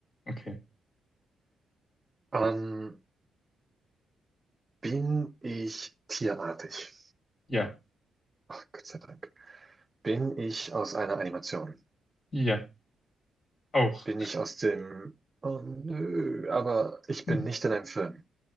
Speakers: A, on the left (about 55°); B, on the right (about 30°).
A: Okay.
B: Ähm, bin ich tierartig?
A: Ja.
B: Ach, Gott sei Dank. Bin ich aus einer Animation?
A: Ja. Auch.
B: Bin ich aus dem... Oh, nö, aber ich
A: <laughs>
B: bin nicht in einem Film.